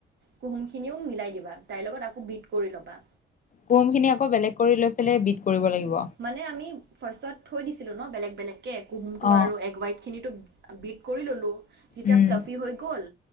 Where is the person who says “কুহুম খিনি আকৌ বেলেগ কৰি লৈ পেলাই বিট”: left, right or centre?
Left